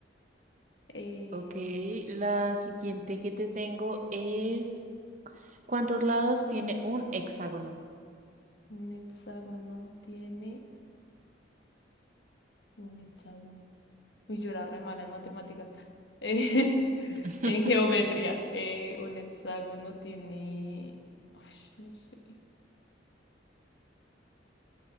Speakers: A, on the left; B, on the right.
A: Eh,
B: ok, la siguiente que te tengo es, ¿cuántos lados tiene un hexágono?
A: un hexágono tiene un hexágono. Uy, yo era re mala en matemáticas. <laughs>
B: <laughs>
A: En geometría, eh, un hexágono tiene... Ush, no sé.